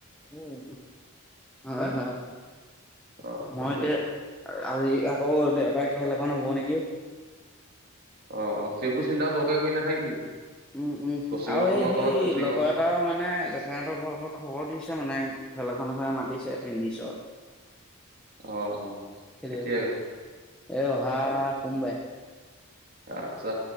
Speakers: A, in the centre; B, on the right.
A: উম হয় হয়
B: অ
A: মই
B: গতিকে
A: এতিয়া আজি আকৌ দেওবাই খেল এখন হ'ব নেকি
B: অ অ সেইবোৰ চিন্তা বৰকে কৈ নাথাকিবি
A: উম উম
B: কচিঙৰ
A: আৰু এই
B: সময়কণত
A: সেই
B: কচিঙৰ
A: লগৰ
B: অ
A: এটা মানে জেথাই হতৰ ঘৰ খৰ খবৰ দিছে মানে মানুহজনে মাতিছে টিনিচৰ
B: অ
A: খেলিবলৈ
B: এতিয়াই
A: এ অহা সোমবাৰে
B: আচ্ছা